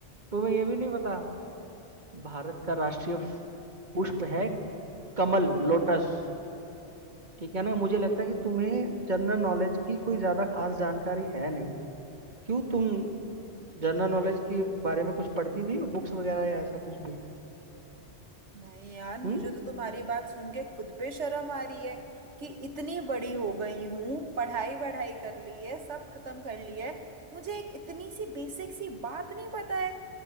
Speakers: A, on the right (about 40°); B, on the right (about 80°).
A: तुम्हें ये भी नहीं पता भारत का राष्ट्रीय फ- पुष्प है कमल लोटस ठीक है ना मुझे लगता है कि तुम्हें जनरल नॉलेज की कोई ज्यादा खास जानकारी है नहीं क्यों तुम जनरल नॉलेज के बारे में कुछ पढ़ती नहीं हो बुक्स वगैरह या ऐसा कुछ भी
B: नहीं यार मुझे
A: हम्म
B: तो तुम्हारी बात सुन के खुद पे शर्म आ रही है कि इतनी बड़ी हो गई हूं पढ़ाई वढ़ाई कर ली है सब खत्म कर ली है मुझे एक इतनी सी बेसिक सी बात नहीं पता है